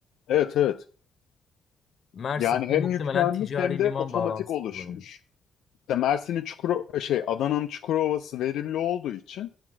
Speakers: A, on the left (about 75°); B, on the left (about 45°).
A: Evet evet.
B: Mersin'de
A: Yani hem
B: muhtemelen
A: yüklenmiş
B: ticari
A: hem de
B: liman
A: otomatik
B: bağlantısı
A: oluşmuş.
B: kullanılmış.
A: İşte Mersin'in Çukuro şey Adana'nın Çukurova'sı verimli olduğu için